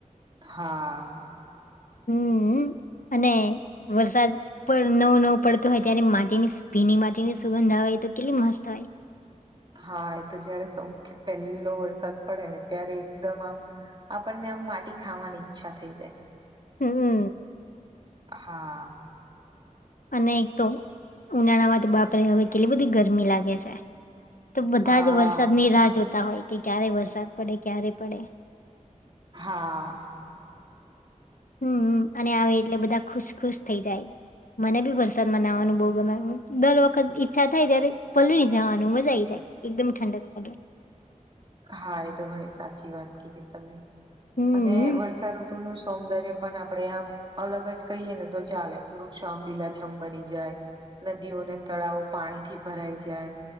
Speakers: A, on the right (about 35°); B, on the left (about 90°).
A: હા.
B: હમ, અને વરસાદ પણ નવું નવું પડતું હોય ત્યારે માટીની સ્પિની માટીની સુગંધ આવે તો કેટલી મસ્ત હોય.
A: હા એ તો જયારે સૌથી પહેલો વરસાદ પડે ને ત્યારે એકદમ આમ. આપણને આમ માટી ખાવાની ઈચ્છા થઈ જાય.
B: હમમ.
A: હા.
B: અને એક તો ઉનાળા માં તો બાપરે હવે કેટલી બધી ગરમી લાગે છે. તો બધા
A: હા
B: જ વરસાદ ની રાહ જોતા હોય કે ક્યારે વરસાદ પડે ક્યારે પડે.
A: હા
B: હમ અને આવે એટલે બધા ખુશ ખુશ થઇ જાય. મને બી વરસાદ માં નાવાનું બહુ ગમે દર વખત ઈચ્છા થાય ત્યારે પલળી જવાનું મજા આવી જાય. એકદમ ઠંડ લાગે.
A: હા એ તો ઘણી સાચી વાત કીધી તમે,
B: હમ
A: અને વર્ષાઋતુનું સૌંદર્ય પણ આપડે આમ અલગ જ કહીએ ને તો ચાલે વૃક્ષો આમ લીલાછમ બની જાય. નદીઓને તળાવો પાણીથી ભરાઈ જાય.